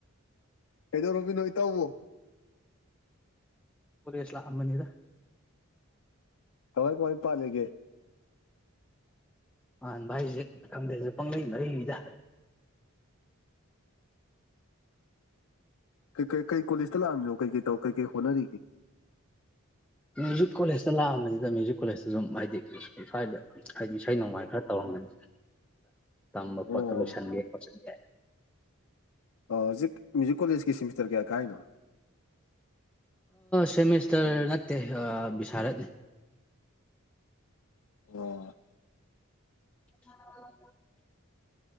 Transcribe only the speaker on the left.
ꯀꯗꯣ ꯔꯣꯕꯤ ꯅ ꯏ ꯇꯕꯨ
ꯀꯃꯥꯏ ꯀꯃꯥꯏ ꯄꯥꯜꯂꯤꯒꯦ
ꯀꯩ ꯀꯩ ꯀꯩ ꯀꯣꯂꯦꯖꯇ ꯂꯥꯛꯝꯃꯤꯅꯣ ꯀꯩ ꯀꯩ ꯇꯧ ꯀꯩ ꯀꯩ ꯍꯣꯠꯅꯔꯤ
ꯑꯣ
ꯍꯧꯖꯤꯛ ꯃ꯭ꯌꯨꯖꯤꯛ ꯀꯣꯂꯦꯖꯀꯤ ꯁꯦꯃꯤꯁꯇꯔ ꯀꯌꯥ ꯀꯥꯏꯔꯤꯅꯣ
ꯑꯣ